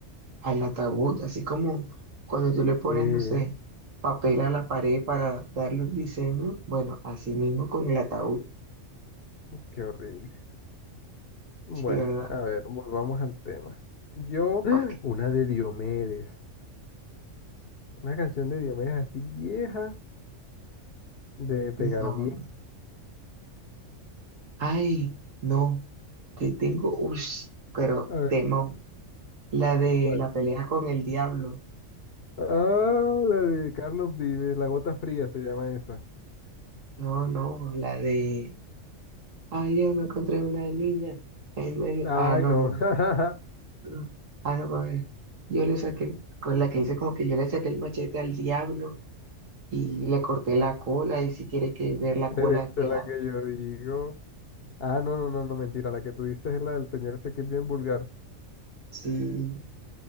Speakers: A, on the right; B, on the left.
A: al ataúd, así como cuando tú le pones,
B: Eh,
A: no sé, papel a la pared para darle un diseño, bueno, así mismo con el ataúd,
B: qué horrible. Bueno,
A: sí, ¿verdad?
B: a ver, volvamos al tema. Yo, <gasps> ¡Ah!
A: Ok,
B: una de Diomedes, una canción de Diomedes así vieja, de pegar
A: No.
B: bien.
A: Ay, no, te tengo, uy, pero
B: A ver,
A: temo. La de
B: ¿cuál?
A: la pelea con el diablo.
B: Ah, la de Carlos Vives, La Gota Fría se llama esa.
A: No, no, la de. Ayer me encontré una niña en medio.
B: Ay,
A: Ah, no,
B: no,
A: no,
B: <laughs>
A: no. Ah, no, a ver. Yo le saqué, el- con la que hice como que yo le saqué el machete al diablo y le corté la cola. Y si quiere que ver la
B: pero
A: cola,
B: esa
A: que
B: es la
A: la.
B: que yo digo. Ah, no, no, no, no, mentira, la que tú dices es la del señor ese que es bien vulgar.
A: Sí,